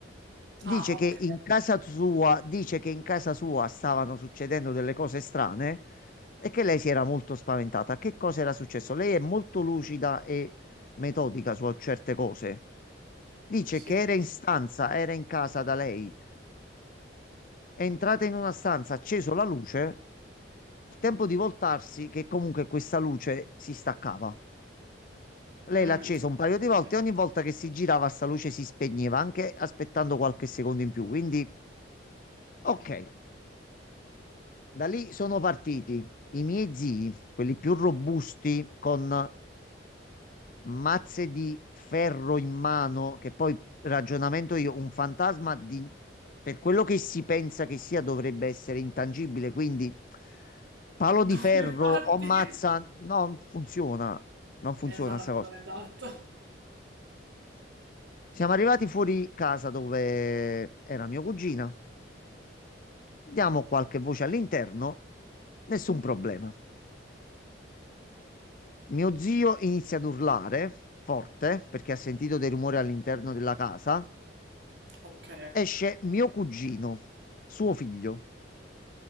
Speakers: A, on the left; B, on the right.
A: Dice
B: Ah, ok,
A: che in casa sua, dice che in casa sua stavano succedendo delle cose strane e che lei si era molto spaventata. Che cosa era successo? Lei è molto lucida e metodica su certe cose. Dice
B: sì.
A: che era in stanza, era in casa da lei, è entrata in una stanza, ha acceso la luce, il tempo di voltarsi che comunque questa luce si staccava. Lei
B: Mm.
A: l'ha accesa un paio di volte
B: Ok.
A: e ogni volta che si girava sta luce si spegneva, anche aspettando qualche secondo in più. Quindi, ok, da lì sono partiti i miei zii, quelli più robusti, con mazze di ferro in mano, che poi ragionamento io, un fantasma di, per quello che si pensa che sia dovrebbe essere intangibile, quindi palo
B: No,
A: di ferro
B: <laughs> infatti.
A: o mazza, non funziona, non funziona
B: Esatto,
A: sta cosa.
B: esatto.
A: Siamo arrivati fuori casa dove era mia cugina. Diamo qualche voce all'interno, nessun problema. Mio zio inizia ad urlare forte perché ha sentito dei rumori all'interno della casa.
B: Ok.
A: Esce mio cugino, suo figlio.